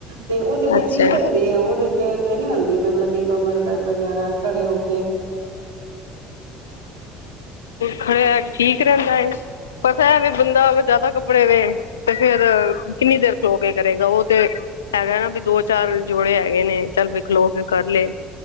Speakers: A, on the right; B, on the left.
A: ਤੇ ਉਹਦੇ ਉਤੇ
B: ਅੱਛਾ।
A: ਠੀਕ ਰਹਿੰਦੀ ਏ, ਉਹਦੇ ਤੇ, ਤੇ ਨੀ ਹੁੰਦੀ ਮਤਲਬ ਕੀ ਕਮਰ ਦਰਦ ਵਗੈਰਾ ਖੜੇ ਹੋ ਕੇ। <unintelligible>
B: ਖੜੇ ਠੀਕ ਰਹਿੰਦਾ ਏ, ਪਤਾ ਹੈ ਵੀ ਬੰਦਾ ਜਿਆਦਾ ਕੱਪੜੇ ਵੇ। ਤੇ ਫੇਰ ਕਿੰਨੀ ਦੇਰ ਖਲੋ ਇਹ ਕਰੇਗਾ ਉਹ ਤੇ ਹੈਗਾ ਨਾ ਵੀ ਦੋ ਚਾਰ ਜੋੜੇ ਹੈਗੇ ਨੇ ਚੱਲ ਵਖਲੋ ਕੇ ਕਰ ਲਏ